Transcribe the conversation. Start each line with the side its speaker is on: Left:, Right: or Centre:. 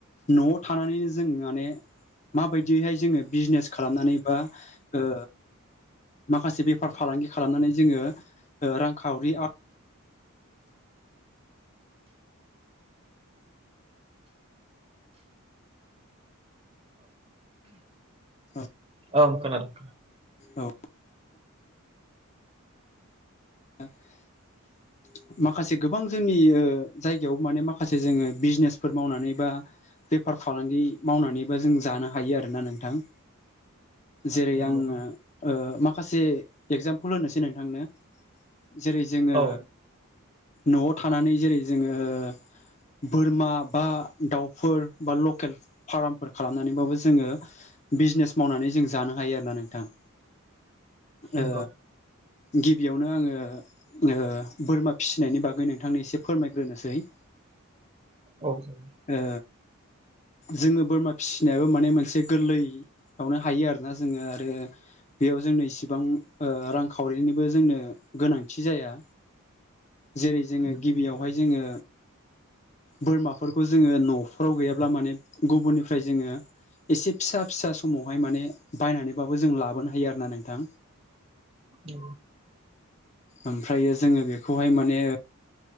Left: न'आव थानानैनो जों माने। माबायदिहाय जोङो बिजनेस खालामनानै बा ओ। माखासे बेफार फालांगि खालामनानै जोङो ओ रांखावरि। औ
Right: औ-औ खोनादों।
Left: औ। <inaudible> माखासे गोबां जोंनि ओ जायगायाव माने माखासे जोङो बिजनेसफोर मावनानै बा। बेफार फालांगि मावनानैबो जों जानो हायो आरोना नोंथां। जेरै
Right: नंगौ
Left: आङो ओ माखासे एगजामपोल होनोसै नोंथांनो। जेरै जोङो
Right: औ
Left: न'आव थानानै जेरै जोङो ओ। बोरमा बा दाउफोर बा लकेल फारामफोर खालामनानैबाबो जोङो। बिजनेस मावनानै जों जानो हायो आरो ना नोंथां। ओ
Right: नंगौ
Left: गिबियाव। बेयावनो आङो ओ बोरमा फिसिनायनि बागै नोंथांनो एसे फोरमायग्रोनोसै। <inaudible>
Right: औ जायो।
Left: ओ जोङो बोरमा फिसिनायाबो माने मोनसे गोरलैयावनो हायो आरोना जोङो आरो। बेयाव जोंनो इसिबां ओ रांखावरिनिबो जोंनो गोनांथि जाया। जेरै जोङो
Right: नंगौ
Left: गिबियावहाय जोङो। बोरमाफोरखौ जोङो न'फ्राव गैयाब्ला माने गुबुननिफ्राय जोङो। एसे फिसा फिसा समावहाय माने बायनानैबाबो जों लाबोनो हायो आरो ना नोंथां।
Right: औ।
Left: ओमफ्रायो जोङो बेखौहाय माने